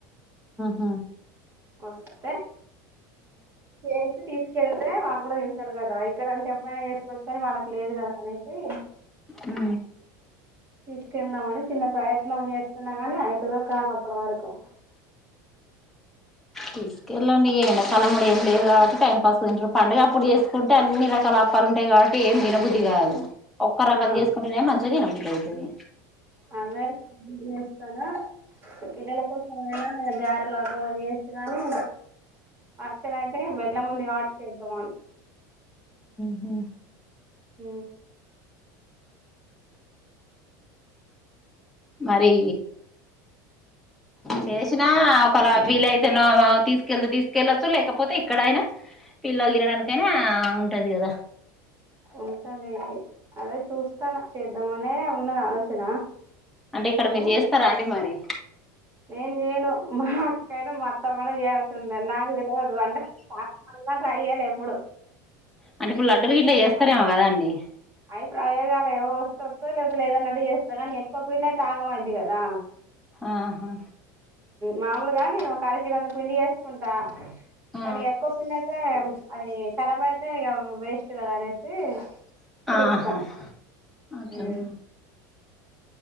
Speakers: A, in the centre; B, on the right (about 25°).
A: ఊ
B: వస్తే చేసి తీసుకెళ్తే వాల్ కూడా తింటారు కదా ఇక్కడ అంటే ఎప్పుడైనా చేసుకోవచ్చు కాని వాళ్లకి లేదు కదా అనేసి
A: ఊ
B: తీసుకెల్దామని చిన్న ప్రయత్నం చేస్తున్నా గాని అయితదో కాదో అప్పుడి వరకు
A: తీసుకెళ్ళలండి ఇగ ఎండకాలం కూడా ఏం లేదు కాబట్టి టైంపాస్ తింట్రు పండగ అప్పుడు చేసుకుం టె అన్ని రకాల అప్పాలు ఉంటాయి కాబట్టి ఏ దినబుది కాదు ఒక్క రకం
B: ఆ
A: చేసుకుంటేనే మంచిగా తినబుద్ధి ఐతది
B: అదే ఇడ్లి ఏస్తాన ఈ పిల్లల కోసమైన నేన్ గారెలు అవో చేయొచ్చు కానీ యాక్చ్యువల్ అయితే బెల్లం ఉంది కాబట్టి చేద్దామని
A: ఊ
B: ఊ
A: మరి చేేసిన ఒకలా వీలైతే నో తీసుకెళ్తే తీసుకెళ్లొచ్చు లేకపోతే ఇక్కడైనా పిల్లలు తినడానికైనా ఆ ఉంటది కదా
B: ఉంటది అదే చూస్తాను చేద్దామనే ఉన్నది ఆలోచన
A: అంటే ఇక్కడ
B: కానీ
A: మీరు చేస్తారా అండి మరి
B: నేను చేయను మా అక్కయినా మా అత్తమనా చేయాల్సిందే నాక్ నాక్ తెలియదు వండా <unintelligible> ట్రై చేయ్యాలి ఎప్పుడు
A: అంటే ఇప్పుడు లడ్డు లు గిట్లా
B: ట్రై
A: చేస్తారేమో
B: చేయాలి
A: కదండి
B: అవి ప్రయోగాలు ఏవో వస్త వతయ్ లేకపోతే లేదన్నట్టు చేస్తా కానీ ఎక్కువ పిండ తాగమైంది కదా
A: ఆహా
B: మామూలుగా నేను ఒక అకరకిలంతా పిండి చేేసుకుంటా
A: ఆ
B: కానీ ఎక్కువ పిండి అయితే ప్చ్ అది ఖరాబ్ అయితే ఇక వేస్ట్ కదా అనేసి పిలుస్తా
A: ఆహా అట్లనా
B: ఊ